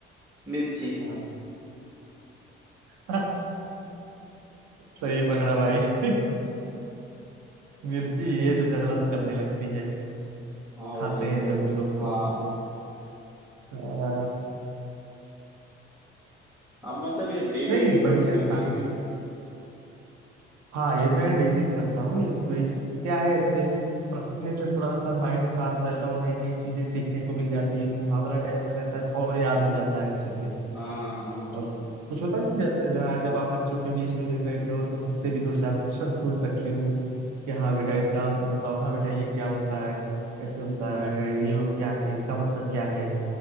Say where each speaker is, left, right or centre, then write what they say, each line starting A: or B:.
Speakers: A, in the centre; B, on the right.
A: मिर्ची
B: हाँ <laughs> सही पकड़ा भाई <laughs> मिर्ची ये जो जलन करने लगती है
A: हाँ
B: खाते
A: भाई सही
B: हैं जब
A: बोले
B: हम लोग तो
A: हाँ
B: आ,
A: आप मतलब ये डेली
B: नहीं बढ़िया
A: पढ़ते हो क्या
B: था
A: यूज
B: हाँ ये मैं डेली करता हूँ ये क्विज क्या है ऐसे पढ़ने से थोड़ा सा माइंड शार्प रहता है और नई नई चीजें सीखने को मिल जाती है एक मुहावरा टाइप का रहता है और याद हो जाता है अच्छे से
A: हाँ
B: और कुछ होता नहीं ज- जहाँ जब आप बच्चों के बीच में भी बैठे हो तो उनसे भी दो चार क्वेश्चन पूछ सकते हो कि हाँ बेटा इसका आंसर बताओ हाँ बेटा ये क्या होता है ऐसे होता है ये वो क्या है इसका मतलब क्या है